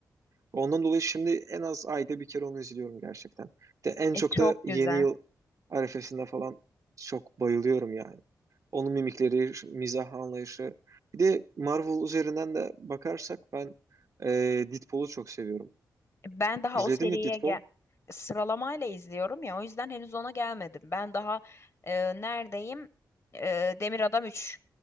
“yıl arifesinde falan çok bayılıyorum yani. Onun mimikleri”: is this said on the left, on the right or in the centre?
Right